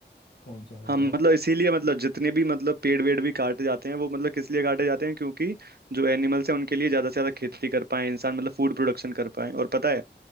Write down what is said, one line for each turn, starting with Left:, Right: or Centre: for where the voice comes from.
Left: कौन सा बताओ
Right: हम मतलब इसीलिए मतलब जितने भी मतलब पेड़ वेड़ भी काटे जाते हैं वो मतलब किस लिए काटे जाते हैं क्योंकि जो एनिमल्स हैं उनके लिए ज्यादा से ज्यादा खेती कर पाए इंसान मतलब फूड प्रोडक्शन कर पाए और पता है